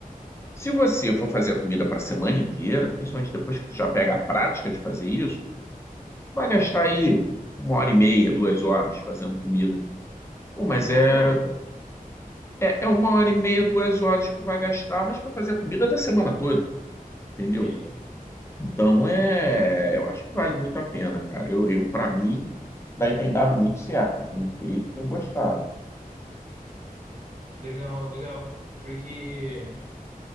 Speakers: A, on the left; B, on the right.
A: Se você for fazer a comida para a semana inteira, principalmente depois que tu já pega a prática de fazer isso, vai gastar aí uma hora e meia, duas horas fazendo comida. Pô, mas
B: Nossa,
A: é, é, é uma hora e meia, duas horas que tu vai gastar, mas para fazer a comida da semana toda, entendeu?
B: sim,
A: Então, é, eu acho que vale muito a pena, cara. Eu, eu para mim, daí tem dado muito certo. Eu Tenho feito, e tenho gostado.
B: legal, legal, porque.